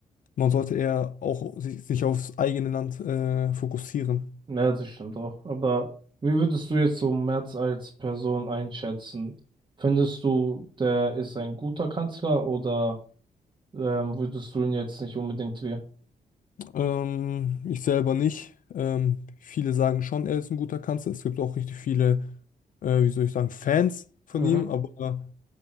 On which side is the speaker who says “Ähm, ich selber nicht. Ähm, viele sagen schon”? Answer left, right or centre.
Left